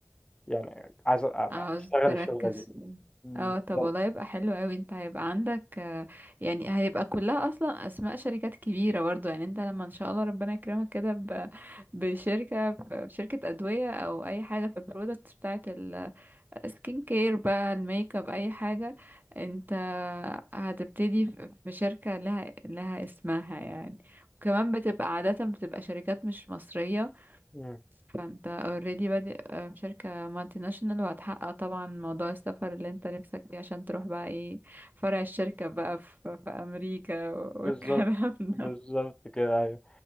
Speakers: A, on the left; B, on the right.
A: يعني عايز أبقى
B: عاوز
A: أشتغل
B: تركز
A: الشغلة دي بالظبط
B: اه طب والله يبقى حلو قوي انت هيبقى عندك آه، يعني هيبقى كلها اصلا اسماء شركات كبيره برضو يعني انت لما ان شاء الله ربنا يكرمك كده ب- بشركه شركه ادويه او اي حاجه في البرودكتس بتاعه السكين كير بقى الميك اب اي حاجه انت هتبتدي في في شركه لها لها اسمها يعني وكمان بتبقى عاده بتبقى شركات مش مصريه
A: مم.
B: فانت اوريدي بادئ آه، في شركة مالتي ناشونال وهتحقق طبعا موضوع السفر اللي انت نفسك فيه عشان تروح بقى ايه فرع الشركة بقى في, في امريكا <laughs> والكلام
A: بالظبط
B: ده
A: بالظبط كده أيوه.